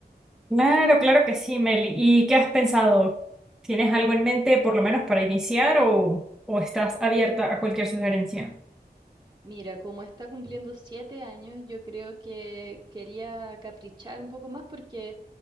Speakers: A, in the centre; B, on the right.
A: Claro, claro que sí, Meli. ¿Y qué has pensado? ¿Tienes algo en mente por lo menos para iniciar o, o estás abierta a cualquier sugerencia?
B: Mira, como está cumpliendo siete años, yo creo que quería caprichar un poco más porque